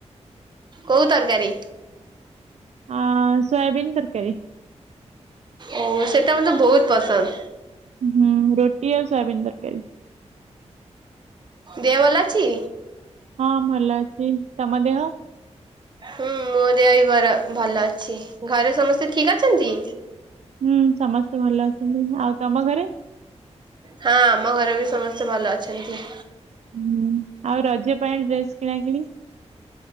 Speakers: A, on the right; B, on the right.
A: କୋଉ ତରକାରୀ?
B: ଅ ସୋୟାାବୀନ୍ ତରକାରୀ।
A: ଓ ସେଟା ମତେ ବହୁତ ପସନ୍ଦ।
B: ହୁଁ ରୋଟି ଆଉ ସୟାବିିନ ତରକାରୀ।
A: ଦେହ ଭଲ ଅଛି?
B: ହଁ ଭଲ ଅଛି ତମ ଦେହ?
A: ହୁଁ ମୋ ଦେହ ବି ବର ଭଲ ଅଛି। ଘରେ ସମସ୍ତେ ଠିକ ଅଛନ୍ତି?
B: ହୁଁ ସମସ୍ତେ ଭଲ ଅଛନ୍ତି। ଆଉ ତମ ଘରେ?
A: ହଁ ଆମ ଘରେ ବି ସମସ୍ତେ ଭଲ ଅଛନ୍ତି।
B: ହୁଁ ଆଉ ରଜ ପାଇଁ ଡ୍ରେସ୍ କିଣା କିିଣି?